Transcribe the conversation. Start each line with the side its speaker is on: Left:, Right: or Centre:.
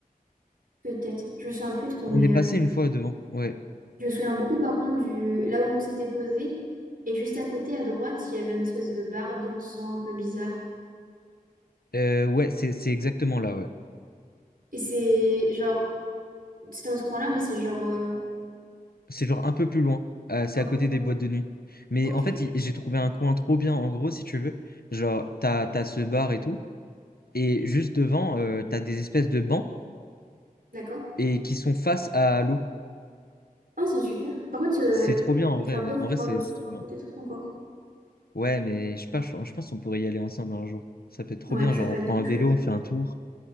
Right: Peut-être. Je me souviens plus trop,
Left: On
Right: mais
Left: est passé
Right: euh,
Left: une fois devant. Ouais.
Right: je me souviens beaucoup par contre du là où on s'était posé. Et juste à côté, à droite, il y avait un espèce de bar dansant un peu bizarre.
Left: Euh, ouais, c'est c'est exactement là ouais.
Right: Et c'est genre. c'était dans ce coin-là, mais c'est genre euh,
Left: C'est genre un peu plus loin. Euh, c'est
Right: un
Left: à
Right: peu
Left: côté
Right: plus loin.
Left: des boîtes de nuit. Mais
Right: Ok,
Left: en fait, il- j'ai trouvé un coin trop bien, en gros, si tu veux. Genre, t'as, t'as ce bar et tout. Et juste devant, euh, t'as des espèces de bancs
Right: d'accord.
Left: et qui sont face à l'eau.
Right: ah c'est super. Par contre, euh,
Left: C'est trop bien, en
Right: il
Left: vrai.
Right: fait un peu froid
Left: En vrai, c'est
Right: le soir,
Left: c'est trop bien.
Right: peut-être encore.
Left: Ouais, mais je sais pas, je, je pense qu'on pourrait y aller ensemble un jour. Ça peut être trop
Right: Ouais,
Left: bien.
Right: ça
Left: Genre,
Right: peut
Left: on
Right: être
Left: prend
Right: trop
Left: un
Right: chouette.
Left: vélo, on fait un tour,